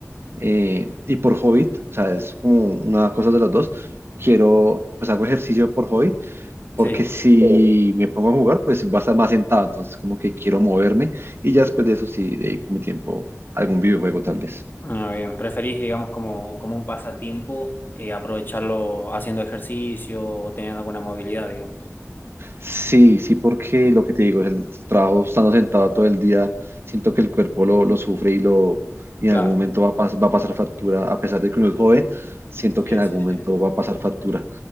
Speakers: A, on the right (about 50°); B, on the left (about 40°).
A: eh, y por hobby, o sea, es como una cosa de las dos, quiero, pues hago ejercicio por hobby, porque
B: Sí.
A: Sí. si me pongo a jugar, pues va a estar más sentado, entonces como que quiero moverme y ya después de eso sí dedico mi tiempo a algún videojuego tal vez.
B: Ah, bien, preferís, digamos, como, como un pasatiempo eh, aprovecharlo haciendo ejercicio o teniendo alguna movilidad, digamos.
A: Sí, sí, porque lo que te digo es el trabajo estando sentado todo el día, siento que el cuerpo lo, lo sufre y lo y
B: Claro,
A: en algún momento va a, pas- va a pasar factura, a pesar de que uno es joven, siento
B: sí,
A: que en
B: sí,
A: algún
B: sí.
A: momento va a pasar factura.